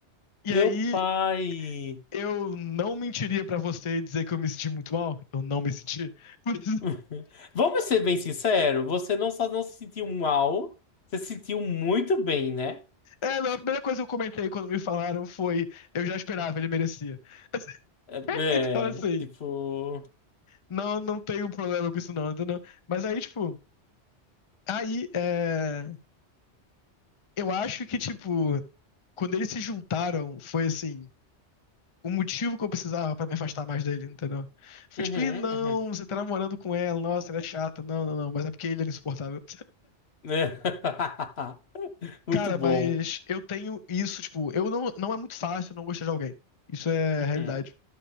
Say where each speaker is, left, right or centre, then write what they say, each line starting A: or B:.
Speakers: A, on the left; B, on the left.
A: e
B: Meu
A: aí
B: pai.
A: eu não mentiria pra você e dizer que eu me senti muito mal. Eu não me senti. <laughs> Mas,
B: <laughs> Vamos ser bem sinceros, você não só não se sentiu mal, você se sentiu muito bem, né?
A: é, não, a primeira coisa que eu comentei quando me falaram foi: eu já esperava, ele merecia. <laughs>
B: É, é,
A: Então, assim,
B: tipo.
A: não, não tenho problema com isso, não, entendeu? Mas aí, tipo, aí é, eu acho que, tipo, quando eles se juntaram, foi assim, o motivo que eu precisava pra me afastar mais dele, entendeu? Foi
B: Uhum,
A: tipo, ih, não,
B: uhum.
A: você tá namorando com ela, nossa, ela é chata, não, não, não, mas é porque ele era insuportável.
B: <laughs> Muito
A: Cara,
B: bom.
A: mas eu tenho isso, tipo, eu não, não é muito fácil eu não gostar de alguém. Isso é
B: Uhum,
A: a realidade.